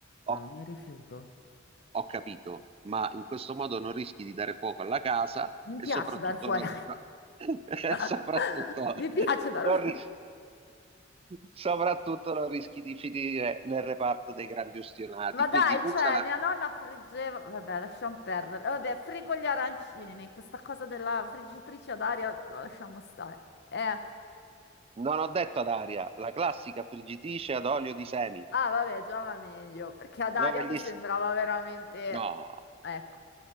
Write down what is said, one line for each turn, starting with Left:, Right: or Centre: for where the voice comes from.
Right: Ho,
Left: mi rifiuto.
Right: ho capito, ma in questo modo non rischi di dare fuoco alla casa
Left: Mi
Right: e
Left: piace
Right: soprattutto
Left: dar fuori.
Right: non, no- <laughs> e
Left: <laughs>
Right: soprattutto
Left: Mi piace dar
Right: non
Left: fuori.
Right: ris- soprattutto non rischi di finire nel reparto dei grandi ustionati.
Left: Ma dai,
Right: Quindi usa
Left: cioè,
Right: la,
Left: mia nonna friggeva, vabbè, lasciamo perdere. Eh, Vabbè, frigo gli arancini, questa cosa della friggitrice ad aria la lasciamo stare. Eh,
Right: non ho detto ad aria, la classica friggitrice ad olio di semi,
Left: ah, vabbè, già va meglio, perché ad
Right: dove
Left: aria mi
Right: gli...
Left: sembrava
Right: s-
Left: veramente...
Right: No,
Left: Ecco,